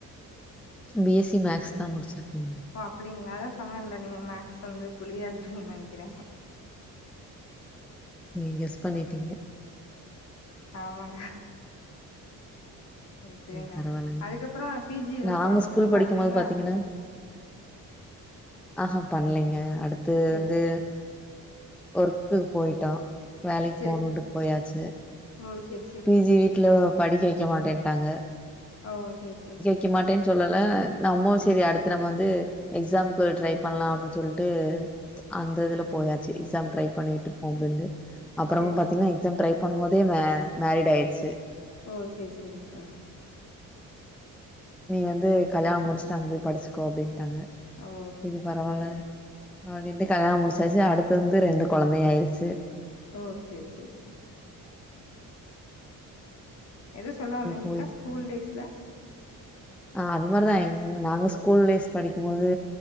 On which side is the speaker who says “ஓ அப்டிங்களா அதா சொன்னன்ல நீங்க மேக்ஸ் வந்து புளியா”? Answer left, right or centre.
Left